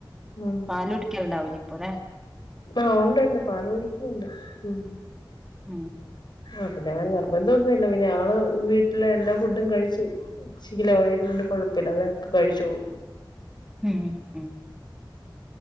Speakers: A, on the left; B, in the centre.
A: ഉം
B: പാല് കുടിക്കണ്ടാവൂല ഇപ്പോലെ
A: ആഹ് ഉണ്ട്ണ്ട് പാല് കുടിക്കുന്നുണ്ട് ഉം
B: ഉം
A: ആ പിന്നെ അവന് നിർബന്ധൊന്നുല്ല പിന്നെ ആള് വീട്ടിലെ എല്ലാ ഫുഡും കഴിച്ച് <unintelligible> ആയത് കൊണ്ട് കൊഴപ്പില്ല അതക്ക് കഴിച്ചു പോവും
B: ഉം ഉം